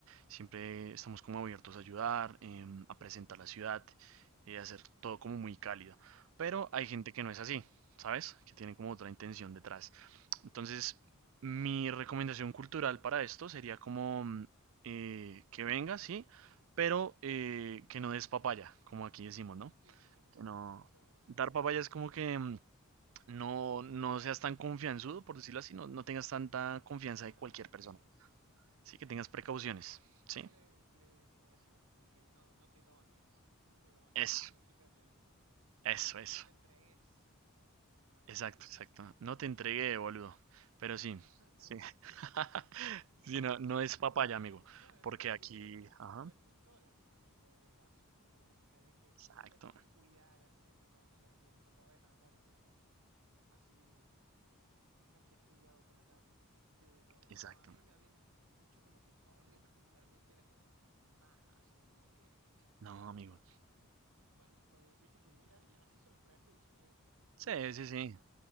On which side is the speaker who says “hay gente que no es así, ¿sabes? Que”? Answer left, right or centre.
Right